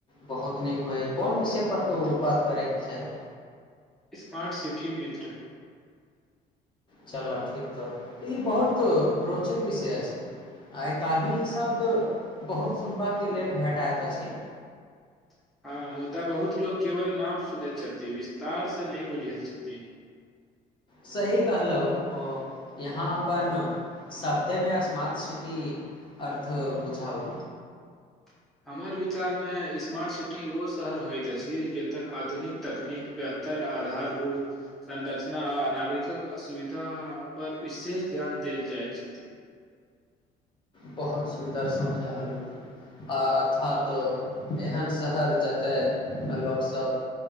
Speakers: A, on the left (about 30°); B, in the centre.
A: बहुत नीक होय कोन विषयपर तऽ बात करयके चाही
B: स्मार्ट सिटी मित्र
A: चल ठीक तऽ ई बहुत रोचक विषय अछि छै्, ॅ आइ काल्हि ई शब्द बहुत सुनबाके लेल भेटा एतऽ आछै
B: <inaudible> हँ मुदा बहुत लोक केवल नाम सुनैत छथि विस्तार से नही बुझैत छथि <unintelligible>
A: सही कहलहु यहाँ अपन शदमे स्मार्ट सिटी अर्थ बुझाउ
B: क्षमता हमर विचारमे स्मार्ट सिटी ओ शहर होइत अछि जतय आधुनिक तकनीक आधारभूत संरचना आ नागरिकक असुविधा पर विशेष ध्यान देल जाइत छटी
A: बहुत सुन्दर समझायल रहत आ अर्थात एहन शहर जतय लोकसभ